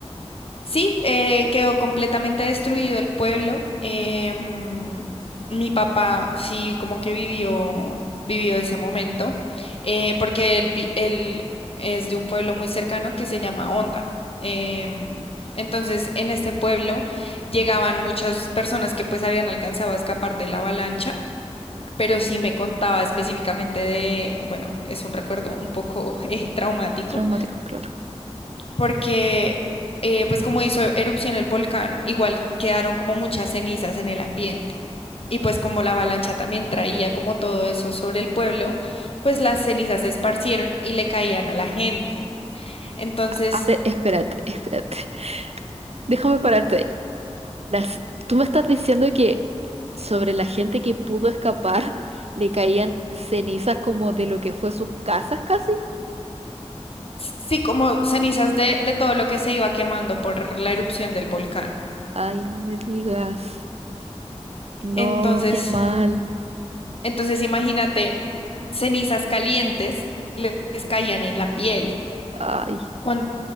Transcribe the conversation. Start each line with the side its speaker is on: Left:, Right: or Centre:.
Left: Sí, eh, quedó completamente destruido el pueblo. Em, mi papá sí como que vivió, vivió ese momento, eh, porque él, vi- él es de un pueblo muy cercano que se llama Honda. Em, entonces, en este pueblo llegaban muchas personas que pues habían alcanzado a escapar de la avalancha pero sí me contaba específicamente de, bueno, es un recuerdo un poco <laughs> eh, traumático,
Right: Traumático, claro.
Left: porque eh, pues como hizo erupción el volcán, igual quedaron como muchas cenizas en el ambiente. Y pues como la avalancha también traía como todo eso sobre el pueblo, pues las cenizas se esparcieron y le caían a la gente. Entonces,
Right: A ver, espérate, espérate. <laughs> Déjame pararte ahí. Las, tú me estás diciendo que sobre la gente que pudo escapar <laughs> le caían cenizas como de lo que fue sus casas casi.
Left: s- sí, como cenizas de, de todo lo que se iba quemando por la erupción del volcán.
Right: Ay, no me digas. No,
Left: Entonces,
Right: qué mal.
Left: Entonces, imagínate, cenizas calientes le- les caían en la piel.
Right: Ay,
Left: Cuando,